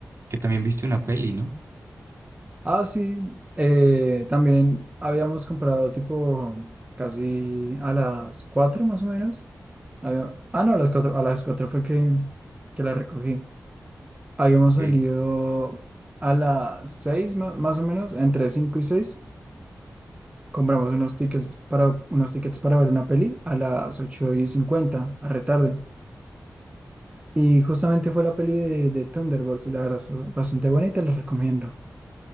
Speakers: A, on the right; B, on the right.
A: que también viste una peli, ¿no?
B: Ah, sí, eh, también habíamos comprado tipo casi a las 4 más o menos. Había- ah, no, a las cuatro a las cuatro fue que, que la recogí. Habíamos
A: Ok.
B: salido a las 6 más, más o menos, entre 5 y seis Compramos unos tickets para, unos tickets para ver una peli a las 8 y 50 a retarde. Y justamente fue la peli de, de Thunderbolts, la verdad, es bastante buena y te la recomiendo.